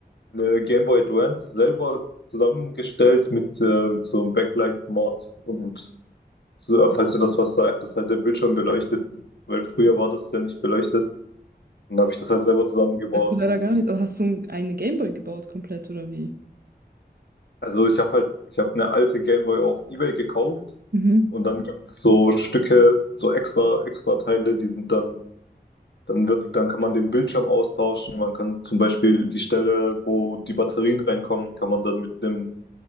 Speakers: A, on the left (about 90°); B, on the right (about 60°).
A: eine Game Boy Advance selber zusammengestellt mit, äh, mit so einem Backlight-Mod und so, äh, falls du das was sagt, dass halt der Bildschirm beleuchtet ist, weil früher war das ja nicht beleuchtet. Und dann habe ich das halt selber zusammengebaut
B: Sagt mir leider
A: und
B: gar nichts. Also hast du ein- eine Gameboy gebaut komplett oder wie?
A: also ich habe halt, ich habe eine alte Game Boy auf eBay gekauft
B: Mhm.
A: Und dann gibt's so Stücke, so extra, extra Teile, die sind dann, dann wird, dann kann man den Bildschirm austauschen. Man kann zum Beispiel die Stelle, wo die Batterien reinkommen, kann man dann mit einem